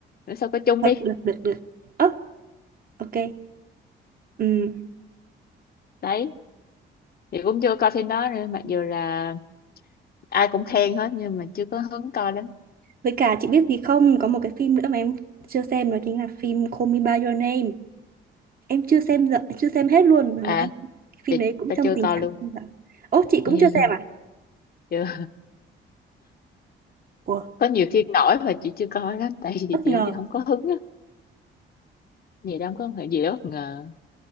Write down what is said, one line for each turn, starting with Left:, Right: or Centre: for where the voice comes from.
Left: bữa sau coi chung
Right: được
Left: đi
Right: được được được Ơ, ok ừ.
Left: đấy thì cũng chưa coi phim đó nữa mặc dù là ai cũng khen hết nhưng mà chưa có hứng coi lắm
Right: với cả chị biết gì không có một cái phim nữa mà em chưa xem đó chính là phim Call Me by Your Name em chưa xem dở, chưa xem hết luôn mà
Left: à
Right: em cái phim
Left: chị
Right: đấy cũng
Left: tao
Right: trong
Left: chưa
Right: tình
Left: coi
Right: trạng
Left: luôn
Right: không dở. Ồ chị cũng
Left: <laughs>
Right: chưa xem à?
Left: chưa
Right: Ủa,
Left: có nhiều phim nổi mà chị chưa coi đó tại vì
Right: bất
Left: chị
Right: ngờ
Left: không có hứng á gì đâu có phải gì đó bất ngờ